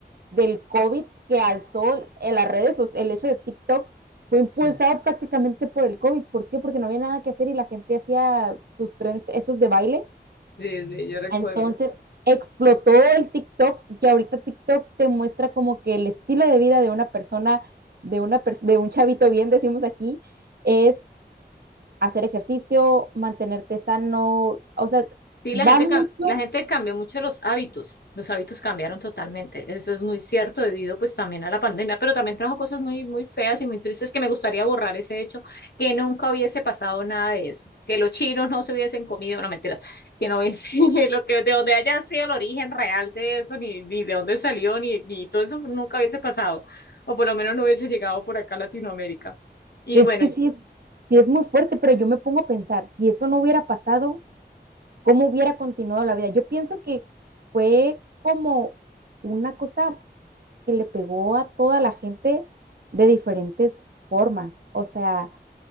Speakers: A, on the right; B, on the left.
A: del COVID que alzó en las redes, o sea, el hecho de TikTok fue impulsado
B: Sí,
A: prácticamente por el COVID. ¿Por qué? Porque no había nada que hacer y la gente hacía sus trends, esos de baile,
B: sí, yo recuerdo.
A: entonces explotó el TikTok que ahorita TikTok te muestra como que el estilo de vida de una persona, de, una pers- de un chavito bien, decimos aquí, es hacer ejercicio, mantenerte sano, o sea,
B: Sí,
A: va
B: la gente,
A: mucho,
B: cam- la gente cambió mucho los hábitos, los hábitos cambiaron totalmente, eso es muy cierto debido pues también a la pandemia, pero también trajo cosas muy, muy feas y muy tristes que me gustaría borrar ese hecho, que nunca hubiese pasado nada de eso, que los chinos no se hubiesen comido, no mentiras, que no hubiese, <laughs> lo que, de donde haya sido el origen real de eso, ni, ni de dónde salió, ni, ni todo eso nunca hubiese pasado, o por lo menos no hubiese llegado por acá a Latinoamérica. Y
A: es
B: bueno,
A: que sí, es- sí es muy fuerte, pero yo me pongo a pensar, si eso no hubiera pasado, ¿cómo hubiera continuado la vida? Yo pienso que fue como una cosa que le pegó a toda la gente de diferentes formas, o sea